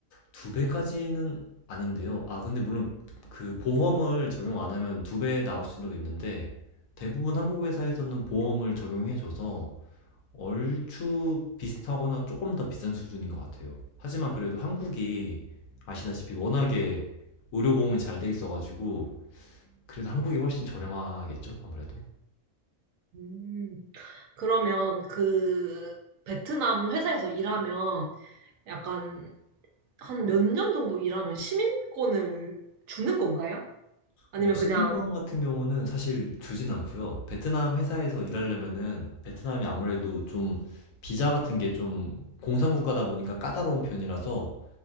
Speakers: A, on the left; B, on the right.
A: 두 배까지는 아닌데요. 아, 근데 물론 그 보험을 적용 안 하면 두 배 나올 수도 있는데 대부분 한국 회사에서는 보험을 적용해줘서 얼추 비슷하거나 조금 더 비싼 수준인 것 같아요. 하지만 그래도 한국이 아시다시피 워낙에 의료보험이 잘 돼 있어가지고 그래도 한국이 훨씬 저렴하겠죠? 아무래도.
B: 음, 그러면 그 베트남 회사에서 일하면 약간 한 몇 년 정도 일하면 시민권을 주는 건가요? 아니면
A: 어 시민권
B: 그냥,
A: 같은 경우는 사실 주진 않고요. 베트남 회사에서 일하려면은 베트남이 아무래도 좀 비자 같은 게 좀 공산국가다 보니까 까다로운 편이라서